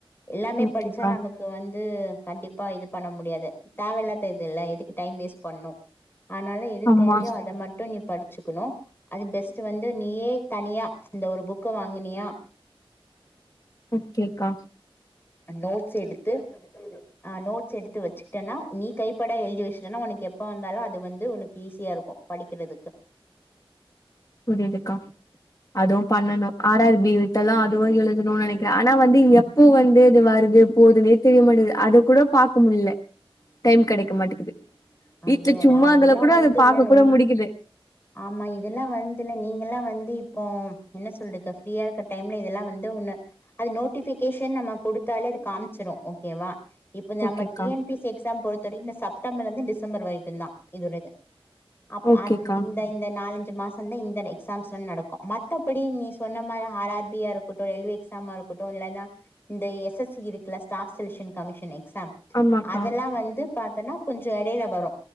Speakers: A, on the left; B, on the left.
A: எல்லாமே
B: ஓகேக்கா
A: படிச்சா நமக்கு இ வந்து கண்டிப்பா இது பண்ண முடியாது தேவையில்லாத இது இல்ல எதுக்கு டைம் வேஸ்ட் பண்ணு ஆனால எது
B: ஆமா
A: தேவையோ அத மட்டு நீ படிச்சுக்ணு அது பெஸ்ட் வந்து நீயே தனியா இந்த ஒரு புக்கு வாங்கினியா
B: ஒக்கேக்கா
A: நோட்ஸ் எடுத்து ஆ நோட்ஸ் எடுத்து வெச்சுக்கிடன்னா நீ கைப்படா எழுதி வெச்சட்டனா உனக்கு எப்ப வந்தாலு அது வந்து உனக்கு ஈஸியா இருக்கு படிக்கறிறதுக்கு
B: புரியுதுக்கா அதுவு பண்ணணு ஆர்ரார்பி வட்டெல்லா அதுவு எழுதம்னு நெனைக்கிறே ஆனா வந்து இங்க பூ வந்து இது வருது போதுன்னே தெரியமாட்டேது அது கூட பாக்க முடில டைம் கெடைக்க மாட்டேக்குது
A: அப்டியாடா
B: வீட்ல சும்மா இருந்தால
A: இதெல்லா
B: கூட
A: வந்து
B: அது பாக்க
A: இல்ல நம்
B: கூட முடிக்குது
A: ஆமா இதெல்லா வந்துல நீங்க எல்லா வந்து இப்போ என்ன சொல்ரது ஃப்ரீயா இருக்க டைம்ல இதெல்லா வந்து ஒன்னு அது நோட்டிபிகேஷன் நம்ம குடுத்தாலே அது காமிச்சிரு ஓகேவா இப்போ நம்ம
B: ஓகேக்கா
A: டி என் பி சி எக்ஸாம் பொறுத்த வரைக்கு இந்த செப்டம்பர்ல இருந்து டிசம்பர் வரைக்கு தா இது ஒருது அப்
B: ஓகேக்கா
A: அந் இந் இந்த இந்த நாலஞ்சு மாசோ தா இந்த எக்ஸாம்ஸ்ல நடக்கு மத்தபடி நீ சொன்ன மாரி ஆர் ஆர் பியா இருக்கு இருகட்டு ரயில்வே எக்ஸாமா இருக்கட்டு இல்லனா இந்த எஸ் எஸ் இ இருக்குல ஸ்டாப் செலக்க்ஷன் கமிஷனு எக்ஸாம்
B: ஆமாக்கா
A: அதெல்லா வந்து பாத்தன்னா கொஞ்சோ எடைல வரு